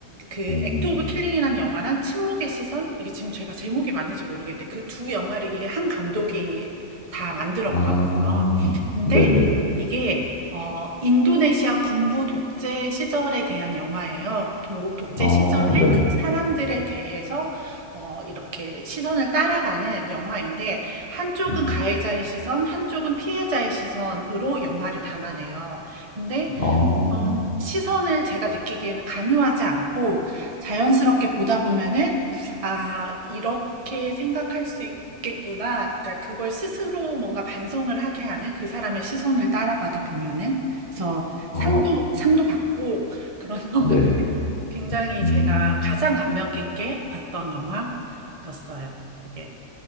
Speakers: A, on the right; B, on the left.
A: 그
B: 음,
A: 액트 오브 킬링이란 영화랑 침묵의 시선 이게 지금 제가 제목이 맞는지 모르겠는데 그 두 영화를 이게 한 감독이 다 만들었거든요.
B: 아,
A: 근데
B: 네네.
A: 이게 어 인도네시아 군부 독재 시절에 대한 영화예요. 독, 독재
B: 어,
A: 시절에
B: 네.
A: 그 사람들에 대해서 어 이렇게 시선을 따라가는 영화인데 한쪽은
B: 음,
A: 가해자의 시선, 한쪽은 피해자의 시선으로 영화를 담아내요. 근데
B: 어,
A: 어떤 시선을 제가 느끼기에는 강요하지 않고 자연스럽게 보다 보면은 '아 이렇게 생각할 수 있겠구나.' 그러니까 그걸 스스로 뭔가 반성을 하게 하는 그 사람의 시선을 따라가다 보면은. 그래서
B: 어,
A: 상도 상도 받고 그런 <laughs>
B: 네.
A: 영화인데 굉장히
B: 음,
A: 제가 가장 감명 깊게 봤던 영화였어요. 이게